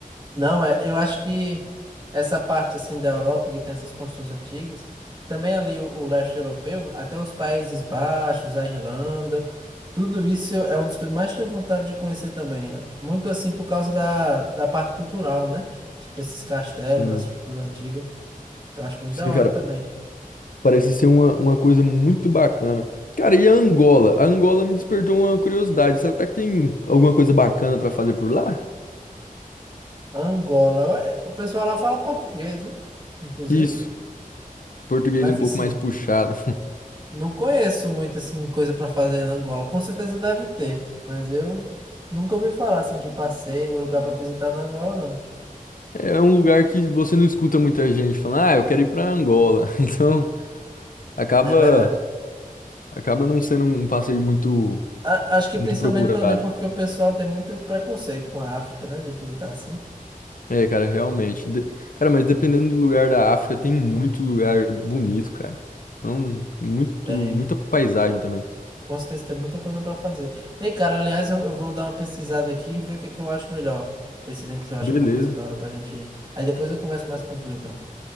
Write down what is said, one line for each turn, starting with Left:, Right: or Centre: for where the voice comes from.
Right: Não, é, eu acho que essa parte assim da Europa que tem essas construções antigas, também ali o, o leste europeu, até os Países Baixos, a Irlanda, tudo isso é uma das coisas que eu mais tenho vontade de conhecer também. Muito assim por causa da, da parte cultural, né? Tipo esses castelos,
Left: Sim,
Right: a estrutura antiga, eu acho muito
Left: sim,
Right: da hora
Left: cara,
Right: também.
Left: parece ser uma, uma coisa muito bacana. Cara, e a Angola? A Angola me despertou uma curiosidade. Será que tem alguma coisa bacana pra fazer por lá?
Right: Angola, é, o pessoal lá fala português, né? Inclusive,
Left: Isso, português
Right: mas
Left: um pouco
Right: assim,
Left: mais puxado.
Right: Não conheço muito assim coisa pra fazer na Angola. Com certeza deve ter, mas eu nunca ouvi falar assim de passeio, lugar pra visitar na Angola, não.
Left: É é um lugar que você não escuta muita gente falando, ah, eu quero ir pra Angola. <laughs> Então, acaba
Right: É verdade.
Left: acaba não sendo um passeio muito
Right: A- acho que
Left: muito
Right: principalmente
Left: procurado.
Right: também porque o pessoal tem muito preconceito com a África, né, de visitar assim.
Left: É, cara, realmente. De- Cara, mas dependendo do lugar da África, tem muito lugar bonito, cara. Então, muito
Right: Tem.
Left: muita paisagem também.
Right: Com certeza tem muita coisa pra fazer. Ei, cara, aliás, eu, eu vou dar uma pesquisada aqui e ver o que é que eu acho melhor. Ver se a gente acha
Left: Beleza.
Right: alguma coisa da hora pra gente ir. Aí depois eu converso mais com tu, então.